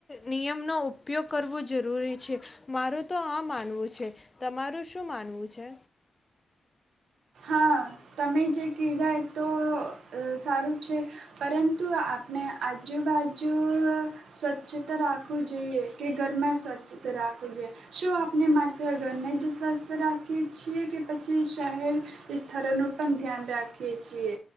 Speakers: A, on the left; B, on the right.
A: નિયમનો ઉપયોગ કરવો જરૂરી છે મારું તો આ માનવું છે તમારું શું માનવું છે.
B: હા તમે જે કહેવાય તો અ સારું છે પરંતુ આપણે આજુ બાજુ અ સ્વચ્છતા રાખવું જોઈએ કે ઘરમાં સ્વચ્છતા રાખું જોઈએ શું આપણે માત્ર ઘરને જ સ્વસ્થ રાખીએ છીએ કે પછી શહેર સ્થળનું પણ ધ્યાન રાખીએ છીએ